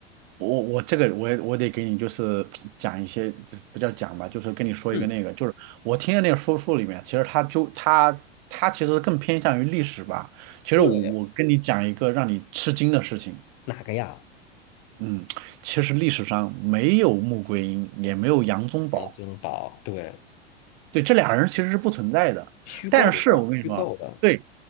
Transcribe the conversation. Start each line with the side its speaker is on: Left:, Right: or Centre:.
Right: 我我这个我也我得给你就是讲一些，这不叫讲吧，就是跟你说一个那个，
Left: 嗯，
Right: 就是我听的那个说书里面，其实他就他他其实更偏向于历史吧。其实我我跟你讲一个让你吃惊的事情。
Left: 对，哪个呀？
Right: 嗯，其实历史上没有穆桂英，也没有杨宗保，
Left: 杨宗保，对，
Right: 对，这俩人其实是不存在的。
Left: 虚构的，
Right: 但是我跟你说啊对
Left: 虚构的